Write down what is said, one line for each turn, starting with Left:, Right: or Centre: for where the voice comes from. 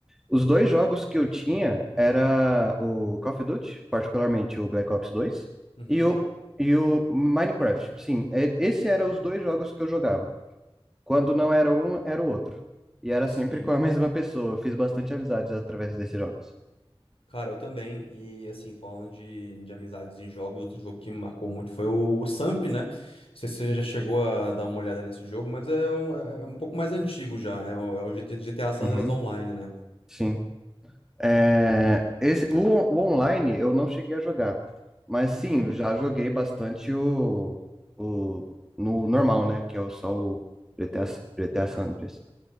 Centre: os dois jogos que eu tinha era o Call of Duty, particularmente o Black Ops dois
Left: Uhum,
Centre: e o, e o Minecraft. Sim, e- esse era os dois jogos que eu jogava. Quando não era um, era o outro. E era
Left: sim.
Centre: sempre com a <laughs> mesma pessoa. Eu fiz bastante amizades através desses jogos.
Left: Cara, eu também. E, assim, falando de, de amizades em jogos, outro jogo que me marcou muito foi o, o Samp, né? Não sei se você já chegou a dar uma olhada nesse jogo, mas é um, é é um pouco mais antigo já, né? O- É o GTA San
Centre: Uhum,
Left: Andreas Online, né?
Centre: sim. É, esse, o, on- o online eu não cheguei a jogar, mas sim,
Left: Uhum.
Centre: já joguei bastante o, o no normal, né? Que é o, só o GTA, S- GTA San Andreas.